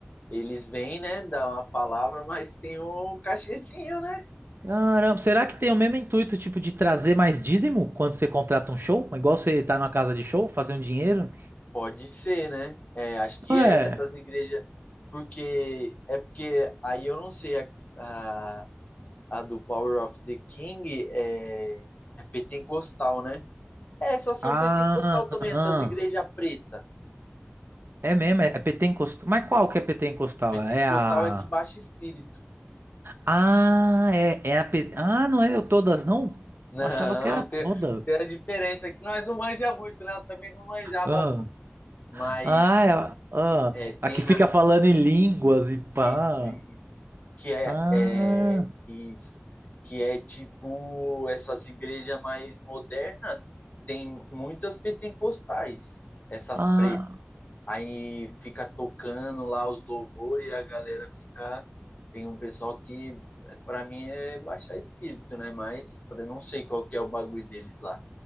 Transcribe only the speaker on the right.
Caramba, será que tem o mesmo intuito, tipo, de trazer mais dízimo quando você contrata um show? Igual você tá numa casa de show, fazer um dinheiro?
Ué.
Ah,
ah.
É mesmo, é, é PT encostal. Mas qual que é PT encostal?
É a.
Ah, é, é a. P- Ah, não é eu todas, não?
Eu achava que era
toda.
Ah,
ah, é a ah.
A
que fica
falando em línguas e pá.
Ah,
ah.